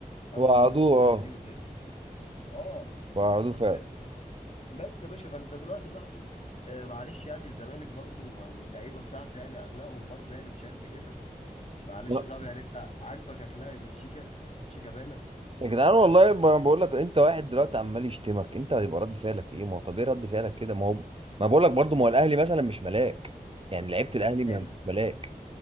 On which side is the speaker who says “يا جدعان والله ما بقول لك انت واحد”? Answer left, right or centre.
Right